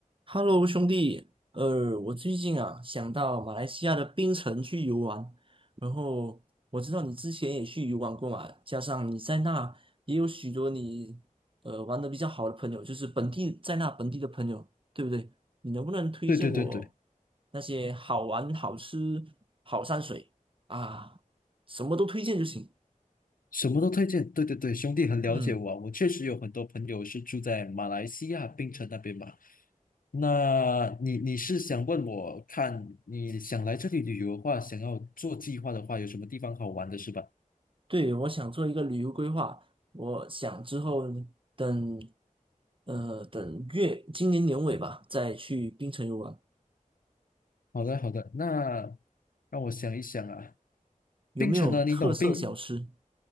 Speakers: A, on the right; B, on the left.
A: Hello，兄弟，呃，我最近啊想到马来西亚的槟城去游玩，然后我知道你之前也去游玩过嘛，加上你在那也有许多你呃玩的比较好的朋友，就是本地在那本地的朋友，对不对？你能不能推荐我
B: 对对对对，
A: 那些好玩、好吃、好山水啊，什么都推荐就行。
B: 什么都推荐。对对对，兄弟很了解我啊我确实有很多朋友是住在马来西亚槟城那边嘛。
A: 嗯。
B: 那你你是想问我看你想来这里旅游的话，想要做计划的话，有什么地方好玩的是吧？
A: 对，我想做一个旅游规划，我想之后等，呃，等月，今年年尾吧，再去槟城游玩。
B: 好的好的，那让我想一想啊，
A: 有没有特色小吃？
B: 槟城呢，你懂槟？